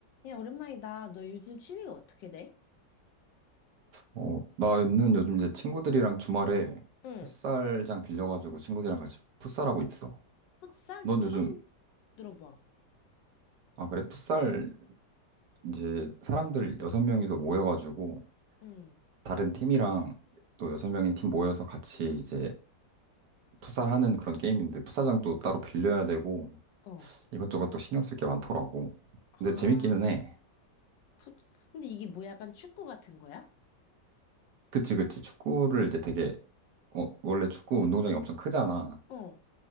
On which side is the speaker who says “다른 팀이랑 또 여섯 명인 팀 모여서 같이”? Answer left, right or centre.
Right